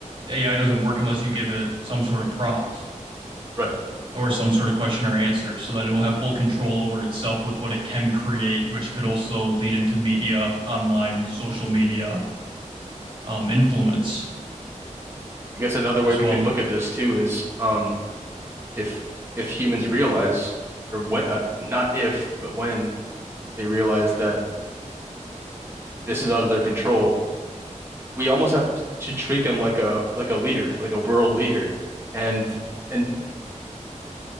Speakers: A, on the right (about 40°); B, on the right (about 20°).
A: AI doesn't work unless you give it some sort of prompt
B: Right.
A: or some sort of question or answer. So then it will have full control over itself with what it can create, which could also lead into media, online, social media, um, influence
B: I guess another way
A: as
B: we
A: well.
B: can look at this too is um if if humans realize or when uh, not if but when they realize that this is out of their control, we almost have to treat them like a like a leader, like a world <laughs> leader. And and